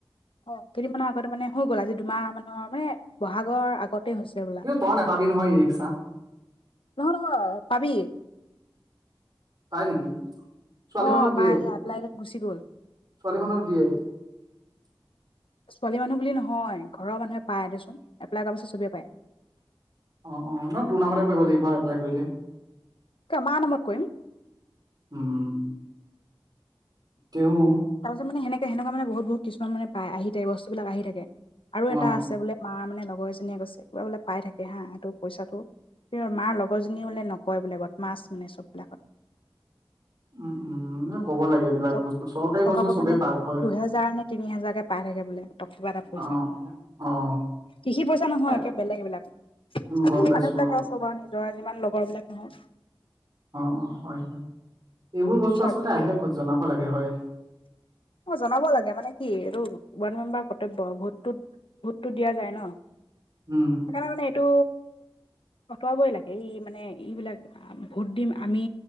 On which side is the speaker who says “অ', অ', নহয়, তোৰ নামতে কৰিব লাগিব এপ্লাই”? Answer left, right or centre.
Right